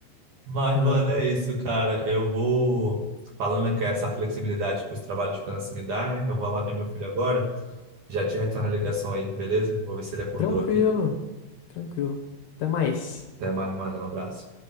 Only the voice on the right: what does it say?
Mas,
mano, é isso, cara. Eu vou. Falando que é essa flexibilidade que os trabalhos de freelance me dá, né? Eu vou lá ver meu filho agora. Já te retorno a ligação aí, beleza? Vou ver se ele acordou
aqui.
Até mais, mano. Um abraço.